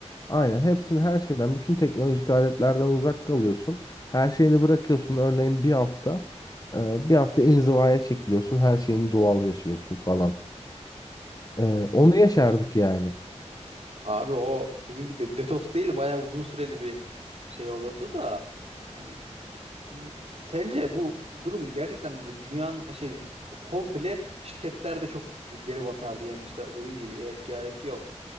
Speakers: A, on the left (about 30°); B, on the right (about 60°).
A: Aynen hepsini her şeyden bütün teknolojik aletlerden uzak kalıyorsun. Her şeyini bırakıyorsun. Örneğin bir hafta e, bir hafta inzivaya çekiliyorsun. Her şeyini doğal yaşıyorsun falan. Ee, onu yaşardık yani.
B: Abi o bizimki de detoks değil bayağı uzun süreli bir şey olurdu da yani N- Sence bu durum gerçekten bir dünyanın şey komple şirketlerde çok geri batardı. Yani işte dediğin gibi e-ticaret yok.